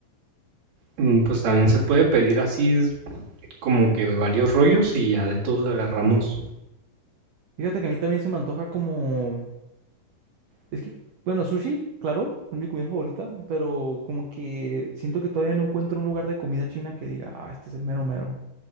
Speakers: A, on the right (about 60°); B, on the right (about 85°).
A: mm, pues también se puede pedir así como que varios rollos y ya de todos agarramos.
B: Fíjate que a mí también se me antoja como... Es que, bueno, sushi, claro, es mi comida favorita, pero como que siento que todavía no encuentro un lugar de comida china que diga, ah, este es el mero mero.